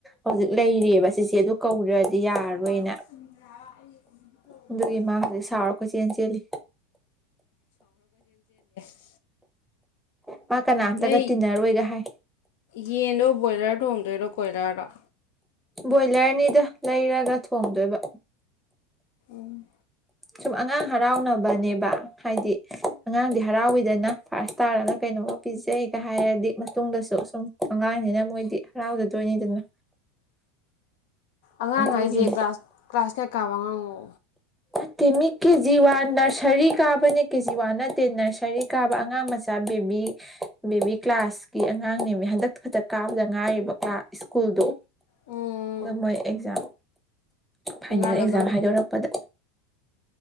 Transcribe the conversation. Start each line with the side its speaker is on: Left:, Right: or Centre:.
Centre: ꯍꯧꯖꯤꯛ ꯂꯩꯔꯤꯑꯕ ꯁꯤꯁꯦ ꯑꯗꯨ ꯀꯧꯗ꯭ꯔꯗꯤ
Left: ꯑꯟ
Centre: ꯌꯥꯔꯔꯣꯏꯅ ꯑꯗꯨꯒꯤ ꯃꯥ ꯍꯧꯖꯤꯛ ꯁꯥꯎꯔꯈꯣꯏ ꯆꯦꯟ ꯆꯦꯜꯂꯤ
Left: ꯎ
Centre: ꯃꯥ ꯀꯅꯥꯝꯇꯒ
Left: ꯅ
Centre: ꯇꯤꯟꯅꯔꯣꯏꯒ ꯍꯥꯏ
Left: ꯌꯦꯗꯣ ꯕꯣꯣꯏꯂꯔ ꯊ ꯍꯣꯡꯗꯔ ꯀꯣꯏꯔꯔꯛ
Centre: ꯕꯣꯏꯂꯔꯅꯤꯗ ꯂꯩꯔꯒ ꯊꯣꯡꯗꯣꯏꯕ
Left: ꯎꯝ
Centre: ꯁꯨꯝ ꯑꯉꯥꯡ ꯍꯔꯥꯎꯅꯕꯅꯦꯕ ꯍꯥꯏꯗꯤ ꯑꯉꯥꯡꯗꯤ ꯍꯔꯥꯎꯋꯤꯗꯅ ꯐꯥꯔꯁ ꯇꯥꯔꯒ ꯀꯩꯅꯣꯒ ꯄꯤꯖꯩꯒ ꯍꯥꯏꯔꯗꯤ ꯃꯇꯨꯡꯗꯁꯨ ꯁꯨꯝ ꯑꯉꯥꯡꯅꯤꯅ ꯃꯣꯏꯗꯤ ꯍꯔꯥꯎꯖꯗꯣꯏꯅꯤꯗꯅ
Left: ꯑꯉꯥꯡ
Centre: ꯑꯗꯨꯒꯤꯅꯦ
Left: ꯍꯥꯏꯁꯦ ꯀ꯭ꯂꯥꯁ ꯀ꯭ꯂꯥꯁ ꯀꯌꯥ ꯀꯥꯕ ꯑꯉꯥꯡꯅꯣ
Centre: ꯅꯠꯇꯦꯃꯤ ꯀꯦꯖꯤ ꯋꯥꯟ ꯅꯔꯁꯔꯤ ꯀꯥꯕꯅꯦ ꯀꯦꯖꯤ ꯋꯥꯟ ꯅꯠꯇꯦ ꯅꯔꯁꯔꯤ ꯀꯥꯕ ꯑꯉꯥꯡ ꯃꯆꯥ ꯕꯦꯕꯤ ꯕꯦꯕꯤ ꯀ꯭ꯂꯥꯁꯀꯤ ꯑꯉꯥꯡꯅꯦꯃꯤ ꯍꯟꯗꯛ ꯈꯛꯇ ꯀꯥꯕꯗ ꯉꯥꯏꯔꯤꯕ ꯁ꯭ꯀꯨꯜꯗꯣ
Left: ꯎꯝ
Centre: ꯃꯣꯏ ꯑꯦꯛꯖꯥꯝ ꯐꯥꯏꯅꯦꯜ
Left: ꯑꯉꯥꯡ
Centre: ꯑꯦꯛꯖꯥꯝ
Left: ꯑꯗꯨꯝ
Centre: ꯍꯥꯏꯗꯣꯔꯛꯄꯗ